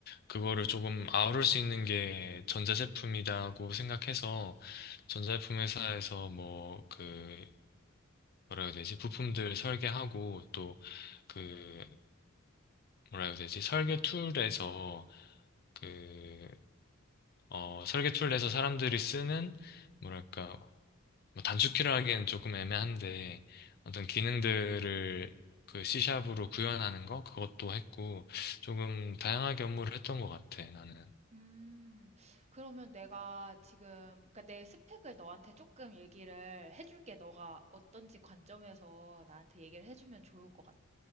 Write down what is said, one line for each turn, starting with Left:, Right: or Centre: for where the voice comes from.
Left: 그거를 조금 아우를 수 있는 게 전자제품이다고 생각해서, 전자제품 회사에서 뭐, 그, 뭐라 해야 되지? 부품들 설계하고, 또, 그, 뭐라 해야 되지? 설계 툴에서, 그 어, 설계초를 내서 사람들이 쓰는, 뭐랄까, 뭐 단축키를 하기엔 조금 애매한데, 어떤 기능들을 그 C샵으로 구현하는 거? 그것도 했고, 조금 다양하게 업무를 했던 것 같아, 나는.
Right: 음, 그러면 내가 지금, 그러니까 내 스펙을 너한테 조금 얘기를 해줄게. 너가 어떤지 관점에서 나한테 얘기를 해주면 좋을 것 같아.